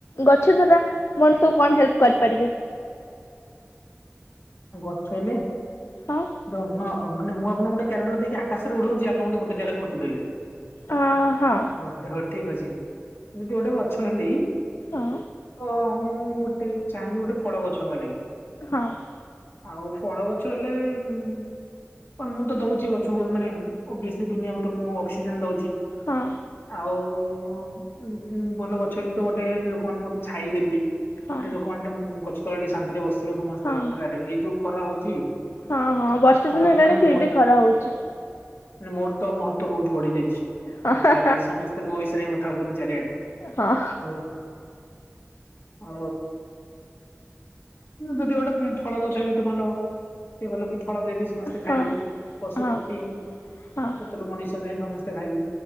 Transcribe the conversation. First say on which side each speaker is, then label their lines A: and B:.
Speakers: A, on the left; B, on the left.
A: ଗଛ ଦ୍ଵାରା ମଣିଷକୁ କଣ ହେଲ୍ପ କରିପାରିବି?
B: <inaudible> ଗଛ ହେଲେ
A: ହଁ
B: ତ ମୁ ମାନ ମୁଁ ଆପଣ ଗୋଟେ କାରଣରୁ ଦେଇ ଆକାଶରେ ଉଡଉଛି ଆପଣ ଗୋଟୋ ଜାଗା ରେ ପୋତିଦେଲେ।
A: ହଁ ହଁ।
B: ହ ହଉ ଠିକ ଅଛି, ମୁଁ ଯଦି ଗୋଟେ ଗଛ ହେଲି
A: ହଁ
B: ଓ ମୁଁ ଗୋଟେ ଚାହିଁବି ଗୋଟେ ଫଳ ଗଛ ହବା ଲାଗି।
A: ହଁ ଅ
B: ଆଉ ଫଳ ଗଛ ହେଲେ ମୁଁ ତ ଦଉଛି ଗଛକୁ ମାନେ- ଅବିଅସଲ୍ଲି ଦୁନିଆ କୁତ ମୁଁ ଅକ୍ସିଜେନ ଦଉଛି।
A: ହଁ
B: ଆଉ ହ ହୁଁ ହୁଁ ଭଲ ଗଛ ହେଲି ତ ଗୋଟେ ଲୋକମାନଙ୍କୁ ଛାଇଦେବି। ଏ
A: ହଁ।
B: ଲୋକମାନେ ଟେ ଗଛ ତଳେ ଟିକେ ଶାନ୍ତିରେ ବସିବେ ସମସ୍ତେ
A: ହଁ
B: ଖରାରେ, ଏଇ ଯୋଉ ଖରା ହଉଛି।
A: ହଁ ହଁ ବର୍ଷା
B: ଖରା
A: ଦିନ
B: ହଉଛି
A: ହେଲାଣି,
B: ମାନେ
A: ଫିର
B: ମୋର
A: ବି ଖରା ହଉଛି।
B: ମାନେ ମୋର ତ ମହତ୍ବ ବହୁତ ବଢି ଯାଇଛି।
A: ହଁ
B: ତାହେଲେ ସମସ୍ତେ ମୋ ବିଷୟରେ ହିଁ କଥା ହଉଛନ୍ତି ଚାରିଆଡେ,
A: ହଁ
B: ଓ ଓ ଯଦି ଗୋଟେ ଫଳ ଗଛ ବି ତ ଭଲ ଏ ଭଲ ଲ ଫଳ ଦେବି ସମସ୍ତେ ଖାଇବେ
A: ହଁ
B: ପଶୁପକ୍ଷୀ
A: ହଁ ହଁ
B: ସେଥିରୁ ମଣିଷ ଯାଏ ସମସ୍ତେ ଖାଇବେ।